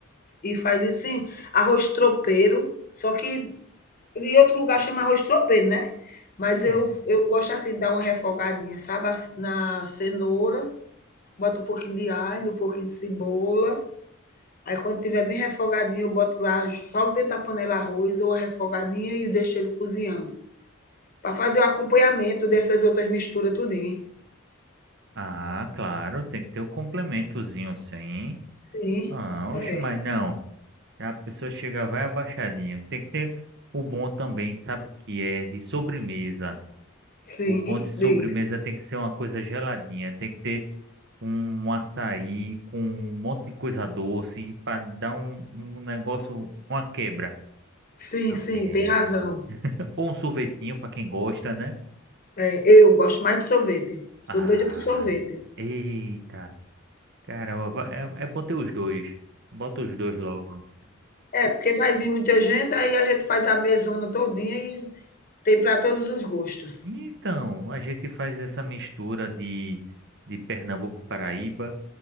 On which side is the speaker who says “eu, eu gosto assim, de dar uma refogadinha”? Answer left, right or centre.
Left